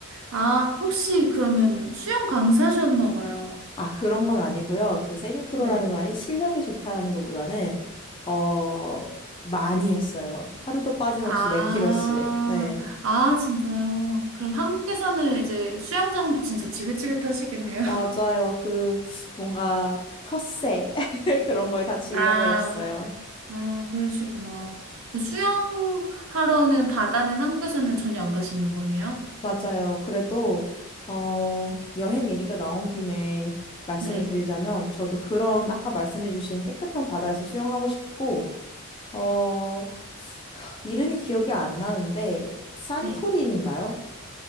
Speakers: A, on the right; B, on the left.
A: 아, 혹시 그러면 수영 강사셨나 봐요.
B: 아, 그런 건 아니고요. 그 세미프로라는
A: 네.
B: 말이 실력이 좋다라는 것보다는, 어, 많이 했어요. 하루도 빠짐없이
A: 아,
B: 몇 킬로씩. 네.
A: 아, 진짜요? 그럼 한국에서는 이제 수영장도 진짜 지긋지긋하시겠네요. <laughs>
B: 맞아요. 그, 뭔가, 그 텃세. <laughs> 그런 거에 다 질려버렸어요.
A: 아, 아, 그러시구나. 그 수영하러는 바다는 한국에서는 전혀 안 가시는 거네요?
B: 맞아요. 그래도, 어, 여행 얘기가 나온 김에 말씀을
A: 네.
B: 드리자면, 저도 그런 아까 말씀해주신 깨끗한 바다에서 수영하고 싶고, 어, 이름이 기억이 안 나는데, 산토리니인가요?
A: 네.